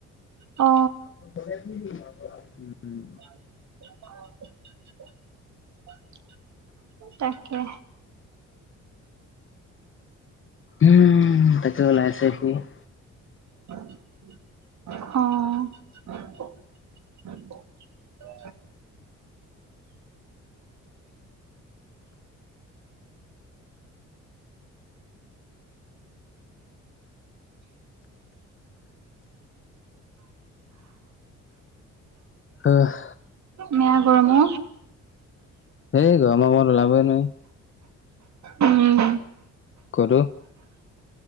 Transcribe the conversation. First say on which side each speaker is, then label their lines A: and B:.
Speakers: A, on the right; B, on the left.
A: অ
B: <inaudible>
A: <inaudible> তাকে
B: উম তাকে ওলাইছে সি <unintelligible>
A: অ
B: অহ
A: মো গৰমো
B: সেই গৰম মাহত ওলাবই নোৱাৰি
A: উম
B: কৰো